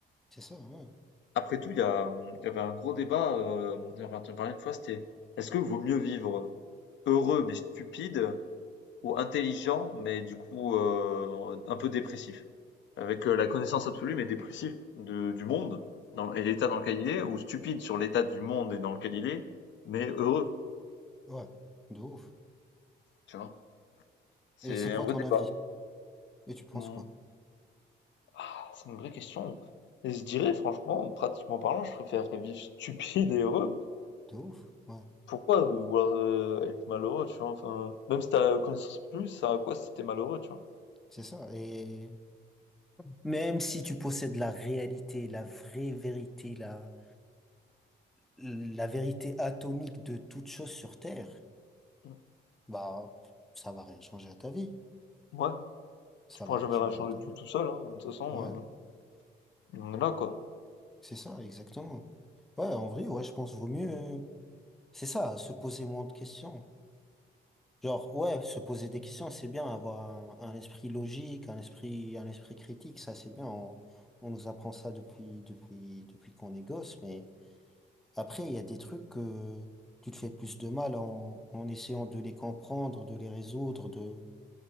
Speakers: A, in the centre; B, on the left.
A: C'est ça, ouais.
B: Après tout, il y a, euh, il y avait un gros débat. Euh, j'en parlais une fois, c'était est-ce que vaut mieux vivre heureux mais stupide ou intelligent, mais du coup euh, un peu dépressif, avec euh, la connaissance absolue mais dépressif de, du monde dans, et l'état dans lequel il est, ou stupide sur l'état du monde et dans lequel il est, mais heureux,
A: Ouais, de ouf.
B: tu vois. C'est
A: Et c'est quoi
B: un vrai
A: ton
B: débat.
A: avis? Et tu penses
B: Hmm.
A: quoi?
B: Ah, c'est une vraie question. Et je dirais, franchement, pratiquement parlant, je préfère vivre stupide et heureux.
A: De ouf, ouais.
B: Pourquoi vouloir euh, être malheureux, tu vois? Enfin, même si t'as la connaissance plus, ça à quoi si t'es malheureux, tu vois?
A: C'est ça. Et même si tu possèdes la réalité, la vraie vérité, la, la vérité atomique de toute chose sur Terre,
B: Hmm.
A: bah, ça va rien changer à ta vie.
B: Ouais,
A: Ça
B: tu pourras
A: va
B: jamais
A: rien changer
B: rien changer
A: à ta
B: tout
A: vie.
B: tout seul, hein. De toute façon,
A: Ouais,
B: euh, on est là, quoi.
A: c'est ça, exactement. Ouais, en vrai, ouais, je pense vaut mieux. euh, C'est ça, se poser moins de questions. Genre, ouais, se poser des questions, c'est bien, avoir un, un esprit logique, un esprit, un esprit critique, ça c'est bien. On, on nous apprend ça depuis, depuis, depuis qu'on est gosse, mais après, il y a des trucs que tu te fais plus de mal en, en essayant de les comprendre, de les résoudre, de,